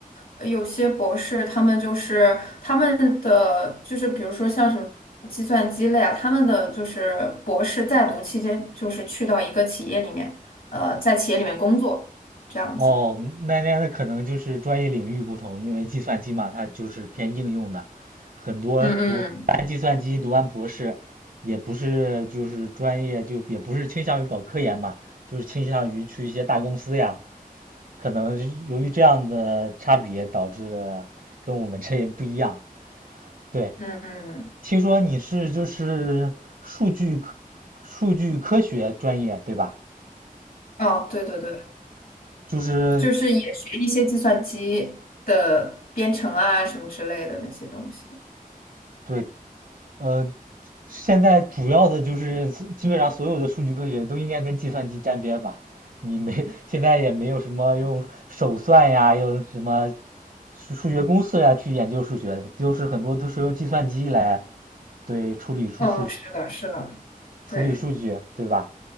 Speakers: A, on the left; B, on the right.
A: 呃有些博士，他们就是他们的就是比如说像什么计算机类啊，他们的就是博士在读期间，就是去到一个企业里面，呃，在企业里面工作这样子。
B: 哦，那那那可能就是专业领域不同，因为计算机嘛，它就是偏应用的，很多读完计算机读完博士，
A: 嗯嗯
B: 也不是就是专业就也不是倾向于搞科研嘛，就是倾向于去一些大公司呀。可能是由于这样的差别导致的跟我们这也不一样，对。
A: 嗯嗯，
B: 听说你是就是数据科数据科学专业对吧？
A: 哦，对对对，
B: 就是
A: 就是也学一些计算机的编程啊什么之类的那些东西。
B: 对，呃，现在主要的就是基本上所有的数据科学都应该跟计算机沾边吧？你没现在也没有什么用手算呀，用什么数数学公式呀去研究数学的，就是很多都是用计算机来对处理数数
A: 哦，是的，是的，
B: 处理数据对吧？
A: 对，